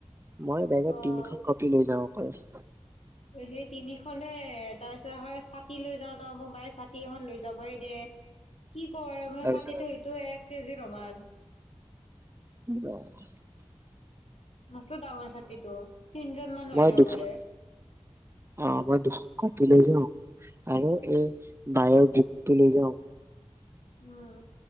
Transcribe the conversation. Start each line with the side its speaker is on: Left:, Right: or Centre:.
Right: মই বেগত
Left: অ
Right: তিনখন কপি লৈ যাও অকল উ
Left: সেই তিনিখনে তাৰপিছত হয় ছাতি লৈ যাওঁ ন মোৰ মায়ে ছাতি এখন লৈ যাবই দে কি কৰে মই
Right: তাৰপিছত
Left: ছাতিটো
Right: আৰু
Left: সটো এক কেজিৰোমান <unintelligible>
Right: আহ
Left: মছত ডাঙৰ চাতিতো তিনজনমান হৈ
Right: মই
Left: <unintelligible> য় যাব
Right: দুখন
Left: বাৰে
Right: অ মই দুখন কপি লৈ যাওঁ আৰু এই বায়' বুকটো লৈ যাওঁ
Left: উম